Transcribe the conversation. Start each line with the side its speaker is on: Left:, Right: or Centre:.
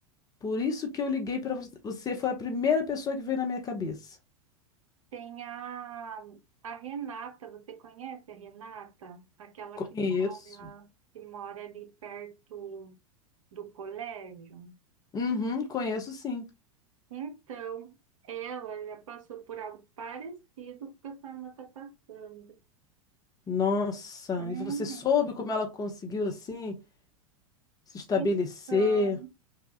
Left: Por isso que eu liguei para você, foi a primeira pessoa que veio na minha cabeça.
Right: tem a, a Renata. Você conhece a Renata? Aquela
Left: Conheço.
Right: que mora, que mora ali perto do colégio?
Left: Uhum, conheço sim.
Right: Então, ela já passou por algo parecido que a sua irmã está passando.
Left: Nossa,
Right: Uhum.
Left: e você soube como ela conseguiu assim se estabelecer?
Right: Então